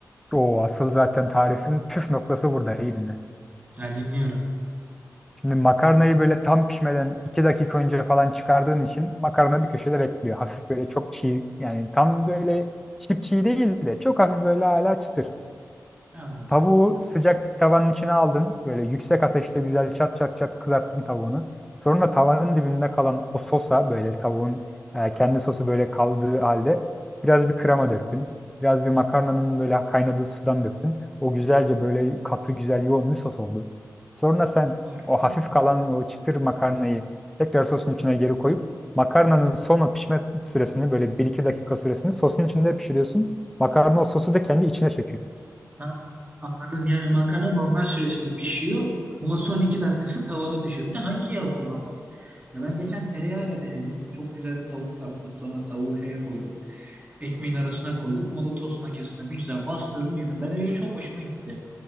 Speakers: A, in the centre; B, on the right.
A: O asıl zaten tarifin püf noktası burada. İyi dinle.
B: Ha, dinliyorum.
A: Şimdi makarnayı böyle tam pişmeden 2 dakika önce falan çıkardığın için makarna bir köşede bekliyor. Hafif böyle çok çiğ yani tam böyle çiğ çiğ değil de çok hafif böyle hala çıtır.
B: Anladım.
A: Tavuğu sıcak bir tavanın içine aldın. Böyle yüksek ateşte güzel çat çat çat kızarttın tavuğunu. Sonra tavanın dibinde kalan o sosa böyle tavuğun e, kendi sosu böyle kaldığı halde biraz bir krema döktün. Biraz bir makarnanın böyle kaynadığı sudan döktün. O güzelce böyle katı güzel yoğun bir sos oldu. Sonra sen
B: Harika.
A: o hafif kalan o çıtır makarnayı tekrar sosun içine geri koyup makarnanın son o pişme süresini böyle bir iki dakika süresini sosun içinde pişiriyorsun. Makarna o sosu da kendi içine çekiyor.
B: Ha, anladım. Yani makarna normal süresinde pişiyor ama son iki dakikası tavada pişiyor. Bir de hangi yağı kullanmalıyım? Ya ben geçen tereyağıyla denedim. Çok güzel bir tavuk yaptım. Sonra tavuğu şeye koydum. Ekmeğin arasına koydum. O da tost makinesine bir güzel bastırdım yedim. Ben öyle çok hoşuma gitti.